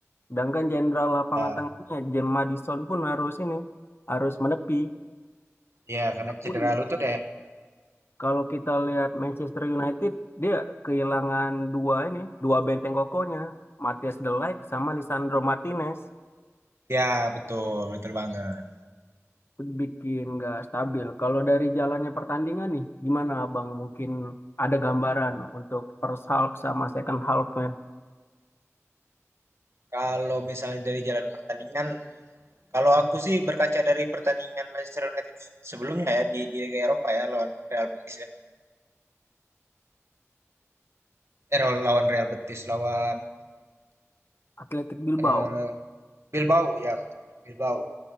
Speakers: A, on the left; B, on the right.
A: sedangkan jenderal lapangan
B: Ya,
A: tengahnya James Maddison pun harus ini harus menepi.
B: ya, karena cedera
A: Pun
B: lutut ya.
A: kalau kita lihat Manchester United dia kehilangan dua ini dua benteng kokohnya Matthias De Ligt sama Lisandro Martinez.
B: Ya, betul. Betul banget.
A: bikin nggak stabil. Kalau dari jalannya pertandingan nih, gimana Abang mungkin ada gambaran untuk first half sama second half-nya
B: Kalau misalnya dari jalan pertandingan, kalau aku sih berkaca dari pertandingan Manchester United sebelumnya ya di di Liga Eropa ya lawan Real Betis ya. Eh, lawan Real Betis lawan
A: Athletic Bilbao?
B: eh, Bilbao ya, Bilbao.